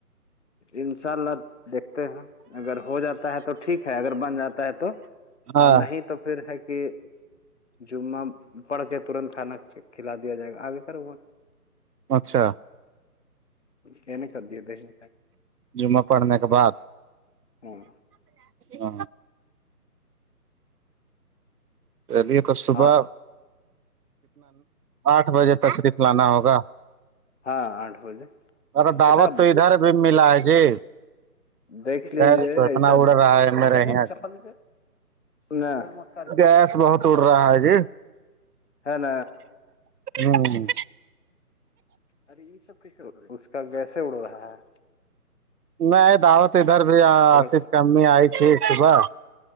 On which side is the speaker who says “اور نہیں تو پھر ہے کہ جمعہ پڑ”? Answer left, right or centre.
Left